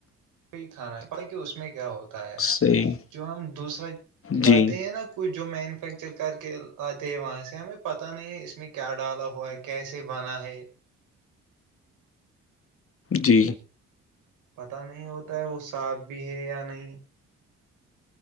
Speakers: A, on the right; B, on the left.
A: وہئی کھانا ہے پ کہ اس میں کیا ہوتا تا ہے
B: صحیح
A: جو ہم دوسرا لاتے
B: جی
A: ہیں نا کچھ جو مینوفیکچر کر کے آتے ہیں وہاں سے ہمیں پتہ نہیں ہے اس میں کیا ڈالا ہوا ہے کیسے بنا ہے
B: جی
A: پتہ نہیں ہوتا ہے وہ صاف بھی ہے یا نہیں